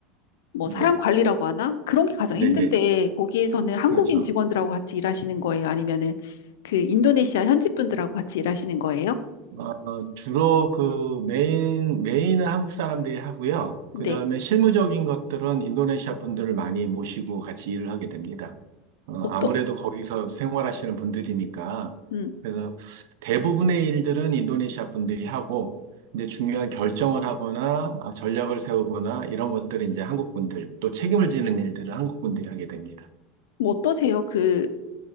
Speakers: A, on the left; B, on the right.
A: 뭐
B: 네,
A: 사람 관리라고 하나? 그런 게 가장
B: 네네.
A: 힘든데, 거기에서는 한국인
B: 그렇죠.
A: 직원들하고 같이 일하시는 거예요? 아니면은 그 인도네시아 현지 분들하고 같이 일하시는 거예요?
B: 어, 주로 그 메인, 메인은 한국 사람들이 하고요.
A: 네,
B: 그 다음에 실무적인 것들은 인도네시아 분들을 많이 모시고 같이 일을 하게 됩니다. 어,
A: 어떠,
B: 아무래도 거기서 생활하시는 분들이니까.
A: 음,
B: 그래서 대부분의 일들은 인도네시아 분들이 하고, 이제 중요한 결정을 하거나 아, 전략을 세우거나 이런 것들은 이제 한국 분들, 또 책임을 지는 일들은 한국 분들이 하게 됩니다.
A: 뭐 어떠세요? 그